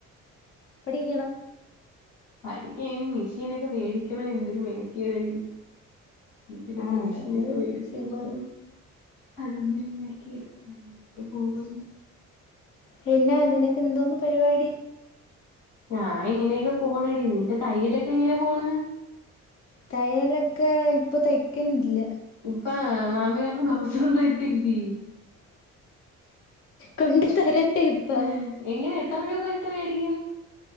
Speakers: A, on the left; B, on the left.
A: പഠിക്കണം
B: പഠിക്കനി മെഷീനൊക്കെ വേടിക്കണം എന്തൊരു മേനക്കേടടി വീട്ടിലൊക്കെ
A: ആഹ്
B: മെഷീനൊക്കെ
A: അത്
B: മേടിക്കാൻ
A: ശരിയാ
B: <unintelligible> അതൊന്നും ഇങ്ങനക്കേ അങ്ങനെയൊക്കെ പോകുന്നു
A: പിന്നെ നിനക്ക് എന്തോന്ന് പരിപാടി
B: ഞാൻ ഇങ്ങനെയൊക്കെ പോണടി നിന്റെ തയ്യിലൊക്കെ എങ്ങനെ പോണ്
A: തയ്യലൊക്കെ ഇപ്പോ തയ്ക്കണില്ല
B: ഉപ്പ മാമിയാരൊന്നും ബ്ലൗസൊന്നും തയ്പ്പില്ലേ
A: കൊണ്ട് തരണ്ടേ ഇപ്പൊ
B: ഏഹ് എങ്ങനെ എത്ര രൂപ ഇട്ട് വേടിക്കും